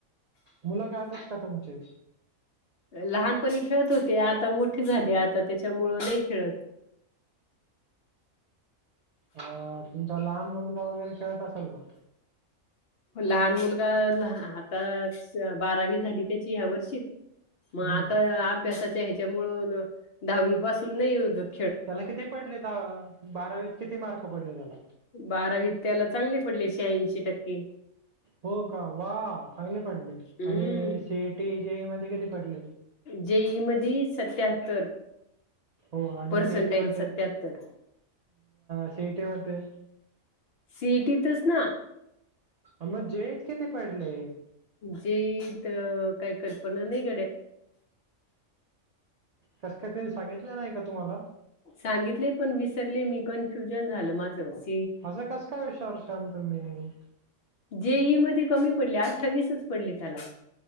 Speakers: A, on the right (about 75°); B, on the left (about 60°).
A: मुलं खेळतात का तुमची?
B: लहानपणी खेळत होते आता मोठी झाली आता त्याच्यामुळं नाही खेळत.
A: अ तुमचा लहान मुलगा वगैरे खेळत असेल ना?
B: लहान मुलगा आता बारावी झाली त्याची ह्या वर्षी, मग
A: हं.
B: आता अभ्यासाच्या ह्याच्यामुळ दहावी पासून नाही युजत.
A: त्याला किती पडले दहा बारावीत किती मार्क पडले त्याला?
B: बारावी त्याला चांगले पडले शहाऐंशी टक्के.
A: हो का वा चांगले पडले
B: हम्म
A: आणि सी इ टी, जी ई मध्ये किती पडले?
B: जे ई मधी सत्याहत्तर.
A: हो आणि
B: पर्सेंटाईल
A: सि इ टी मध्ये
B: सत्याहत्तर
A: सी इ टी मध्ये?
B: सी. ई. टीतच ना.
A: आ मग जे ईत किती पडले?
B: जे ईत काही कल्पना नाही गड्या.
A: कस काय तेनी सांगितलं नाही का तुम्हाला?
B: सांगितले पण विसरले मी कन्फ्युजन झालं माझं असं.
A: असं कस काय विश्वास ठेवला तुम्ही.
B: जे. ई. मध्ये कमी पडले अठ्ठावीसच पडले त्याला.